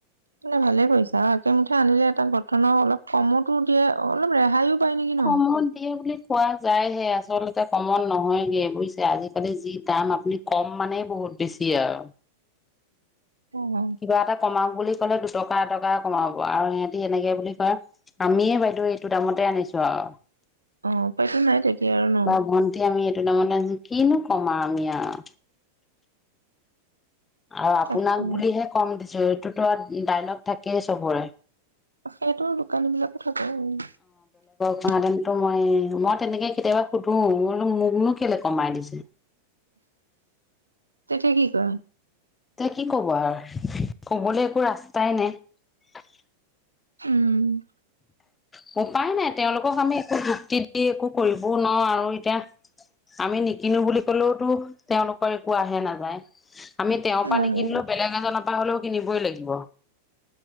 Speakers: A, on the right; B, on the left.
A: মানে ভালে কৰিছা আৰু একে মুঠে আনিলে এটা ঘটনাও অলপ কমতো দিয়ে অলপ ৰেহাইও পায় নেকি
B: কমত
A: ন।
B: দিয়ে বুলি কোৱা যায়হে আচলতে কমন নহয়গে বুজিছে আজিকালি যি দাম আপুনি কম মানেই বহুত বেছি আৰু
A: অ'।
B: কিবা এটা কমাও বুলি কলে দুটকা এটকা কমাব আৰু সিহতি এনেকে বুলি কয় আমিয়ে বাইদেউ এইটো দামতে আনিছো আৰু।
A: অ', উপায়তো নাই তেতিয়া আৰু ন।
B: বা, ভন্টি আমি <unintelligible> কিনো কম আৰ আমি আৰু আৰু আপোনাক
A: তাকে।
B: বুলিহে কম দি জইতোতো <unintelligible> আৰু দাইলগ থাকেই চবৰে।
A: সেইহটো দোকানী বিলাকো থাকে আৰু।
B: নো মইে মই তেনেকে কেতিয়াবা সুধো বোলো মোকনো কেলে কমাই দিছে?
A: তেতিয়া কি কয়?
B: এতিয়া কি ক'ব আৰু কবলৈ একো ৰাস্তাই নাই।
A: উম,
B: ক <unintelligible> উপায় নাই তেওঁলোকক আমি একো যুক্তি সেই একো কৰিবও নোৱাৰ আৰু এতিয়া আমি নিকিনো বুলি কলেওতো তেওঁলোকৰ একো আহে নাযায়। আমি তেওঁৰ পৰা
A: নাযায়
B: নিকিনিলো বেলেগ এজনত হ'লেও কিনিবই লাগিব